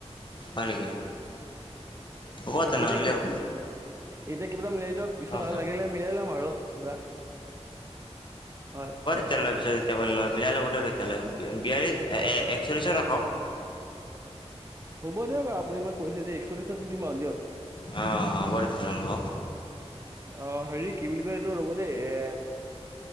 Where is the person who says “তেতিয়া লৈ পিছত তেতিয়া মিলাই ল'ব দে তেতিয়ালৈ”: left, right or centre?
Left